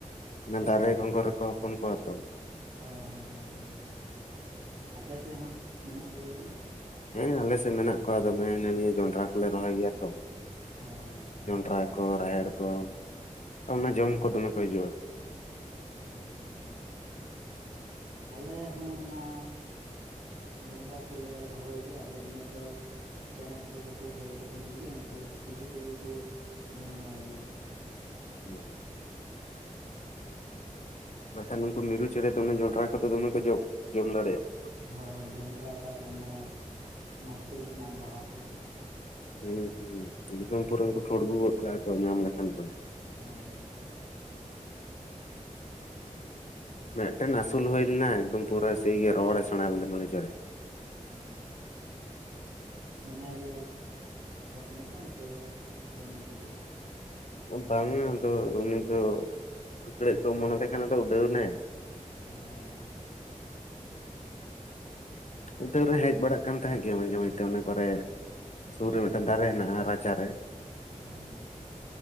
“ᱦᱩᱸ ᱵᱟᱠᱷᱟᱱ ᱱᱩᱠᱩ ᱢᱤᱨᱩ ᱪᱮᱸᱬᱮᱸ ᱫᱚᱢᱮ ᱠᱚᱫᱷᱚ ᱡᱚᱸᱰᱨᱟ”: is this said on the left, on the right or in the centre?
Left